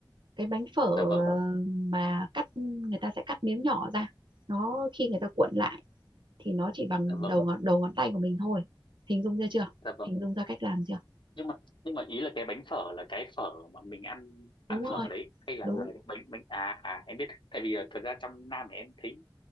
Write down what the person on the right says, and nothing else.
cái bánh phở
ờ, mà cắt người ta sẽ cắt miếng nhỏ ra nó khi người ta cuộn lại thì nó chỉ bằng
đầu ngón đầu ngón tay của mình thôi hình dung ra chưa
hình dung ra cách làm chưa
đúng rồi
đúng